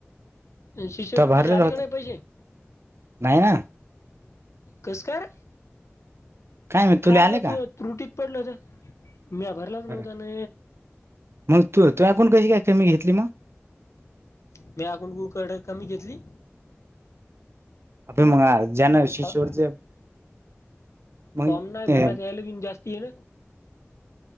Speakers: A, on the left; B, on the right.
A: शिष्यवृत्तीचे
B: तो भरलेला
A: आले
B: होता
A: का नाही पैसे?
B: नाही ना.
A: कस कायरे,
B: काय माहित
A: कांग
B: तुला आले का
A: तू त्रुटीत पडलो तर, म्या भरलाच नव्हता
B: अरे
A: ना.
B: मग तू तुयाकूण कशी काय कमी घेतली मग?
A: म्याया अण कुन कड कमी घेतली?
B: अबे मग आ- ज्यानं
A: साडेसात,
B: शिशुवरचे मग
A: फॉम नाही
B: ते
A: भरला कांयला बि जास्त तीळ